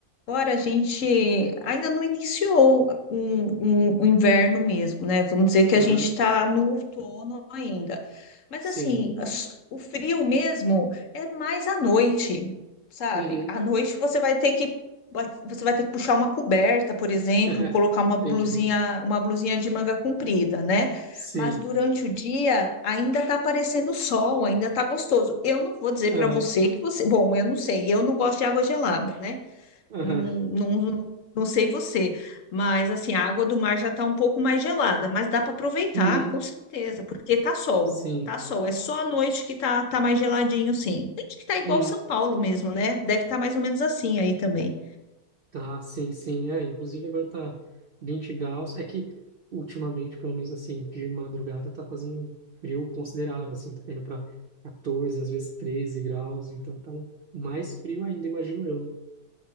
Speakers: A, on the left; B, on the right.
A: agora a gente ainda não iniciou um- um- o inverno mesmo, né? Vamos dizer que
B: aham,
A: a gente está no outono ainda. Mas
B: sim.
A: assim, as- o frio mesmo é mais à noite, sabe?
B: Uhum,
A: À noite você vai ter que você vai ter que puxar uma coberta, por exemplo,
B: <laughs>
A: colocar uma blusinha,
B: entendi.
A: uma blusinha de manga comprida, né?
B: Sim.
A: Mas durante o dia ainda tá aparecendo sol, ainda tá gostoso. Eu não vou dizer
B: Aham,
A: para você que você. Bom, eu não sei, eu não gosto de água gelada, né?
B: aham,
A: Não, não, não não sei você, mas assim, a água do mar já tá um pouco mais gelada, mas dá para aproveitar,
B: uhum,
A: com certeza, porque tá sol,
B: sim.
A: tá sol. É só à noite que tá, tá mais geladinho, sim. Tem que tá igual
B: Uhum.
A: São Paulo mesmo, né? Deve estar mais ou menos assim aí também.
B: Tá, sim, sim. É, inclusive agora tá 20 graus. É que ultimamente, pelo menos assim, de madrugada tá fazendo um frio considerável, assim, tá indo para 14, às vezes 13 graus, então tá um- mais frio ainda, imagino eu, né?